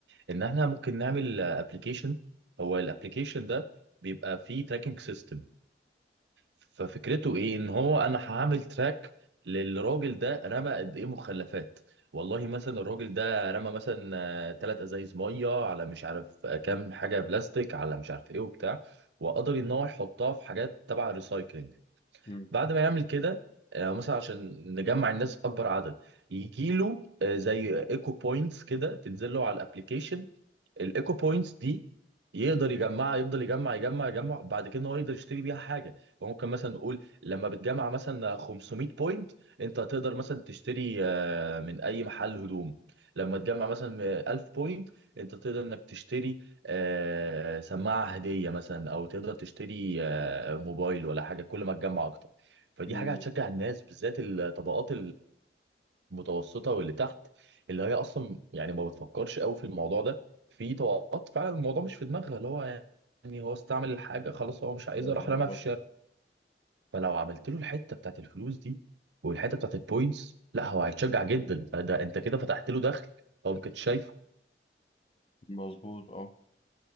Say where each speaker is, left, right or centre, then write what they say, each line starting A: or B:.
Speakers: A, on the right; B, on the left.
A: ان احنا ممكن نعمل ابلكيشن هو الابلكيشن ده بيبقى فيه تراكنج سيستم ففكرته ايه ان هو انا هعمل تراك للراجل ده رمى قد ايه مخلفات والله مثلا الراجل ده رمى مثلا ثلاث ازايز ميه على مش عارف آه، كام حاجة بلاستيك على مش عارف ايه وبتاع وقدر ان هو يحطها في حاجات تبع الريسايكلينج
B: امم
A: بعد ما يعمل كده آه، مثلا عشان نجمع الناس اكبر عدد يجي له آه، زي ايكو بوينتس كده تنزل له على الابلكيشن الايكو بوينتس دي يقدر يجمعها يفضل يجمع يجمع يجمع بعد كده هو يقدر يشتري بيها حاجه فممكن مثلا نقول لما بتجمع مثلا 500 بوينت انت تقدر مثلا تشتري آه، من اي محل هدوم لما تجمع مثلا 1000 بوينت انت تقدر انك تشتري آه، سماعه هديه مثلا او تقدر تشتري آه، موبايل ولا حاجه كل ما تجمع اكتر فدي
B: امم
A: حاجه هتشجع الناس بالذات الطبقات متوسطه واللي تحت اللي هي اصلا يعني ما بتفكرش قوي في الموضوع ده في طبقات فعلا الموضوع مش في دماغها اللي هو يعني هو استعمل الحاجه خلاص هو مش عايزها
B: ايوه
A: راح
B: بالظبط
A: رماها في الشارع فلو عملت له الحته بتاعت الفلوس دي والحته بتاعت البوينتس لا هو هيتشجع جدا ده انت كده فتحت له دخل هو ما كانش شايفه
B: مظبوط اه